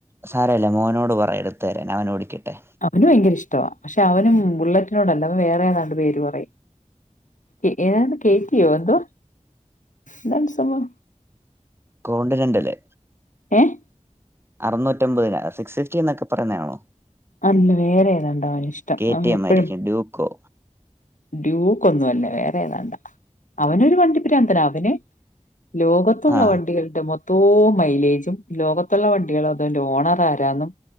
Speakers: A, on the right; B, on the left.
A: സാരല്ല മോനോട് പറയ് എടുത്തെരാൻ അവനോടിക്കട്ടെ
B: അവന് വയങ്കര ഇഷ്ടവാ പക്ഷെ അവനും ബുള്ളറ്റിനോടല്ല അവൻ വേറെ രണ്ട് പേര് പറയും എ ഏതാണ്ട് കേറ്റിയോ എന്തോ ന്താണ് സംഭവം
A: കോണ്ട് രണ്ടല്ലേ
B: ഏഹ്
A: അർന്നൂറ്റമ്പതിനാ സിക്സ്വൽറ്റി എന്നൊക്കെ പറയുന്നേ ആണോ?
B: അല്ല വേറേ ഏതാണ്ടാവന് ഇഷ്ടം.
A: കെ
B: അവന്
A: ടി എം
B: എപ്പഴും
A: ആയിരിക്കും ഡ്യൂക്കോ
B: ഡ്യൂക്കൊന്നും അല്ല വേറെ ഏതാണ്ടാ അവനൊരു വണ്ടി പ്രാന്തനാ അവന് ലോക ത്ത്ള്ള
A: ആ
B: വണ്ടികളുടെ മൊ ത്തോം മൈലേജും ലോകത്തുള്ള വണ്ടികളോ അതുൻ്റെ ഓണറാരാന്നും